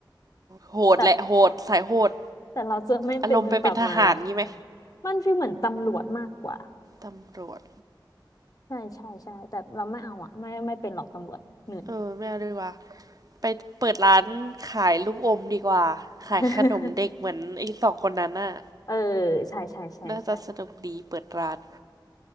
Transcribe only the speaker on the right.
โหดแหละโหดสายโหด
อารมณ์ไปเป็นทหารงี้ไหม
ตำรวจ
เออไม่เอาดีกว่าไปเปิดร้านขายลูกอมดีกว่า ขายขนมเด็กเหมือนไอ้สองคนนั้นน่ะ
น่าจะสนุกดีเปิดร้าน